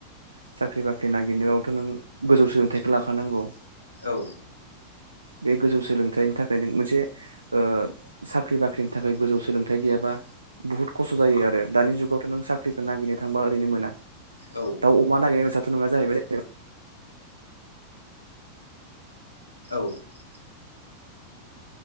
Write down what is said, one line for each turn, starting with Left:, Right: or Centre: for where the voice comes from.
Right: साख्रि बाख्रि नागिरनायावथ' नों गोजौ सोलोंथाइखौ लाखानांगौ।
Left: औ
Right: बे गोजौ सोलोंथाइनि थाखायनो मोनसे ओ साख्रि बाख्रिनि थाखाय गोजौ सोलोंथाइ गैयाबा बुहुत खस्थ' जायो आरो दानि जुगावथ' नों साख्रिखौ नागिरनो थांबा ओरैनो मोना
Left: औ
Right: दाउ अमा नागिरनाय बेसाथ' नङा जाहैबाय
Left: औ ओ